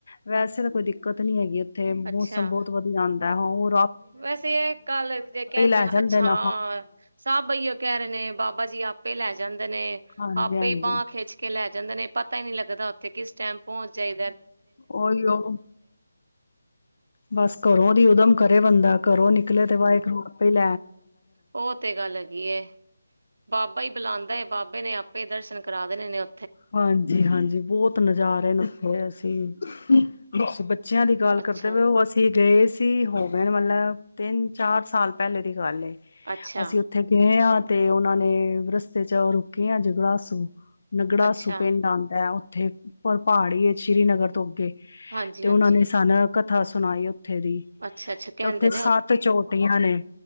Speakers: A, on the left (about 55°); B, on the right (about 65°).
A: ਵੈਸੇ ਤਾਂ ਕੋਈ ਦਿੱਕਤ ਨੀ ਹੈਗੀ। ਤੇ ਮੋਸ
B: ਅੱਛਾ
A: ਬੌਤ ਵਧੀਆ ਆਣ ਤਾਂ ਔ
B: ਵੈਸੇ ਏ ਗੱਲ ਜੇ ਕੈੰਦੇ
A: ਲੈ ਜਾਂਦੇ
B: ਅੱਛਾ
A: ਨੇ
B: ਹਾਂ ਸਭ ਏਹੋ ਕਹਿ ਰੇ ਨੇ ਬਾਬਾ ਜੀ ਆਪੇ ਲੈ ਜਾਂਦੇ ਕਹਿੰਦੇ ਨੇ
A: ਹਾਂਜੀ
B: ਆਪੇ
A: ਹਾਂਜੀ
B: ਹੀ ਬਾਂਹ ਖਿੱਚ ਕੇ ਲੈ ਜਾਂਦੇ ਨੇ ਪਤਾ ਹੀ ਨਹੀਂ ਲੱਗਦਾ ਔਥੇ ਕਿਸ ਟੈਮ ਪੋਚ ਜੇ
A: ਓਹੀਓ ਬਸ ਘਰੋਂ ਦੀ ਉਦਮ ਕਰੇ ਬੰਦਾ। ਘਰੋਂ ਨਿਕਲੇ ਤੇ ਵਾਹੇਗੁਰੂ ਆਪੇ ਲੈ
B: ਓ ਤੇ ਗੱਲ ਹੈਗੀ ਏ। ਬਾਬਾ ਈ ਬੁਲਾਂਦੈ। ਬਾਬੇ ਨੇ ਆਪੇ ਦਰਸ਼ਨ ਕਰਾ ਦੇਣੇ ਨੇ ਓ
A: ਹਾਂਜੀ ਹਾਂਜੀ, ਬੌਤ ਨਜ਼ਾਰੇ ਨੇ ਉੱਥੇ ਅਸੀਂ। ਬਸ ਬੱਚ ਬੱਚਿਆਂ ਦੀ ਗੱਲ
B: ਅੱਛਾ
A: ਕਰਦੇ ਪਏ ਹੋ। ਅਸੀਂ ਗਏ ਸੀ ਤੀ ਹੋ ਗਏ ਨੇ ਮਤਲਬ ਤਿੰਨ ਚਾਰ ਸਾਲ ਪੈਲੇ ਦੀ ਗੱਲ ਏ।
B: ਅੱਛਾ
A: ਅਸੀਂ ਉੱਥੇ ਗਏ ਆਂ। ਤੇ ਉਹਨਾਂ ਨੇ ਰਸਤੇ ਚ ਰੁੱਕੇ ਆ ਜਗਲਾਸੂ ਨਗੜਾ
B: ਅੱਛਾ
A: ਸੁ ਪਿੰਡ ਆਂਦੈ। ਉੱਥੇ ਉੱਪਰ ਪਹਾੜੀ ਏ ਸ੍ਰੀਨਗਰ ਤੋਂ ਅੱਗੇ। <inaudible>
B: ਹਾਂਜੀ
A: ਤੇ
B: ਹਾਂਜੀ
A: ਉਹਨਾਂ ਨੇ ਸਾਨ ਕਥਾ ਸੁਣਾਇਓ। ਥਰੀ,
B: ਅੱਛਾ ਅੱਛਾ ਕਹਿੰਦੇ
A: ਕਿ ਉੱਥੇ
B: ਨੇ
A: ਸੱਤ ਚੋਟੀਆਂ ਨੇ